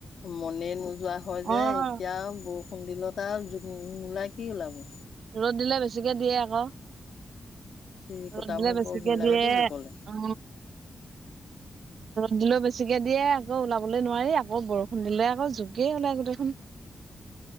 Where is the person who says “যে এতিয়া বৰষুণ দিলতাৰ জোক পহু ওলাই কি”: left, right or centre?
Left